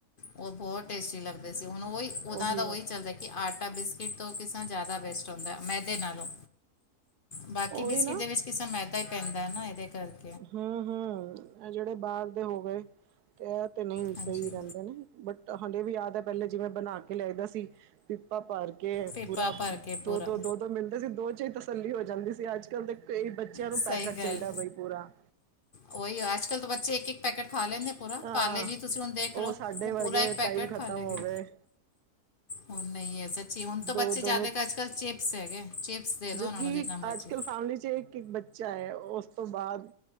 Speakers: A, on the left; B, on the right.
A: ਓ ਬੋਤ ਟੇਸਟੀ ਲੱਗਦੇ ਸੀ, ਹੁਨ ਓਈ ਓਨਾਂ
B: ਉਹੀ
A: ਦਾ ਓਈ ਚੱਲਦਾ ਕਿ ਆਟਾ ਬਿਸਕਿਟ ਤੋਂ ਕਿਸ ਤਰਾਂ ਜਾਦਾ ਬੈਸਟ ਹੁੰਦਾ ਐ, ਮੈਦੇ ਨਾਲੋਂ। ਬਾਕੀ
B: ਉਹੀ
A: ਬਿਸਕਿਟ
B: ਨਾ
A: ਦੇ ਵਿੱਚ, ਕਿਸੇ ਮੈਦਾ ਈ ਪੈਂਦਾ ਨਾ ਏਦੇ ਕਰਕੇ।
B: ਹਾਂ-ਹਾਂ, ਐ ਜੇੜੇ ਬਾਰ ਦੇ ਹੋ ਗਏ ਤੇ ਐ ਤੇ ਨਈ
A: ਹਾਂਜੀ
B: ਈ ਰਹਿੰਦੇ ਨੇ। ਬਟ ਹਾਲੇ ਵੀ ਯਾਦ ਐ ਪਹਿਲੇ ਜਿਵੇਂ ਬਨਾ ਕੇ ਲਿਆਈਦਾ ਸੀ ਪਿੱਪਾ ਭਰ ਕੇ
A: ਪੇਪਾ
B: ਬੁਰਾ
A: ਭਰ ਕੇ ਪੂਰਾ
B: ਦੋ ਦੋ ਦੋ ਦੋ ਮਿਲਦੇ ਸੀ ਦੋ ਚ ਹੀ ਤਸੱਲੀ ਹੋ ਜਾਂਦੀ ਸੀ। ਅੱਜ ਕੱਲ ਦੇ ਕਈ ਬੱਚਿਆਂ ਨੂੰ
A: ਸਹੀ
B: ਪੈਕਟ
A: ਗੱਲ
B: ਚਾਹੀਦਾ ਬਾਈ ਪੂਰਾ।
A: ਉਹੀ ਆ ਅੱਜ ਕੱਲ ਤਾਂ ਬੱਚੇ ਇੱਕ ਇੱਕ ਪੈਕੇਟ ਖਾ ਲੈਂਦੇ ਪੂਰਾ
B: ਹਾਂ
A: ਪਾ ਲੇ ਜੀ ਤੁਸੀਂ ਹੁਣ ਦੇਖ ਲਓ
B: ਸਾਡੇ
A: ਉਹ
B: ਵਰਗੇ
A: ਪੂਰਾ ਇੱਕ ਪੈਕੇਟ
B: ਟਾਈਮ ਖਤਮ
A: ਖਾ ਲੈ ਕੇ।
B: ਹੋ ਗਏ
A: ਉਹ ਨਹੀਂ ਹੈ ਸੱਚੀ ਹੁਣ ਤਾਂ
B: ਦੋ
A: ਬੱਚੇ
B: ਦੋ
A: ਜ਼ਿਆਦਾ ਅੱਜ ਕੱਲ੍ਹ ਚੇਪਸ ਹੈਗੇ। ਚਿਪਸ ਦੇ ਦਿਓ
B: ਜਦ
A: ਉਹਨਾਂ
B: ਕਿ
A: ਨੂੰ ਜਿੰਨਾ ਮਰਜ਼ੀ
B: ਅੱਜ ਕੱਲ੍ਹ ਫੈਮਲੀ ਚ ਇੱਕ ਇੱਕ ਬੱਚਾ ਹੈ ਉਸ ਤੋਂ ਬਾਅਦ